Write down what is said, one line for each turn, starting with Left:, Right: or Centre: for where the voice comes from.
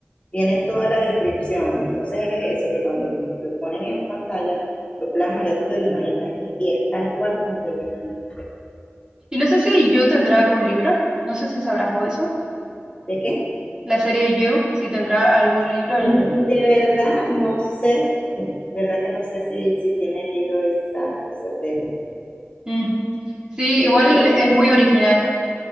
Left: tiene toda la descripción. Entonces es eso, que cuando lo ponen en pantalla, lo plasma, ya tú te lo imaginaste y es tal cual como te lo imaginas.
Right: Y no sé si You tendrá algún libro, no sé si sabrás vos eso,
Left: ¿De qué?
Right: la serie You, si tendrá algún libro
Left: Mm,
Right: en...
Left: De verdad, no sé, de verdad que no sé si, si tiene el libro esa, esa serie,
Right: Mm. Sí,
Left: pero
Right: igual
Left: creo
Right: es
Left: que
Right: muy original,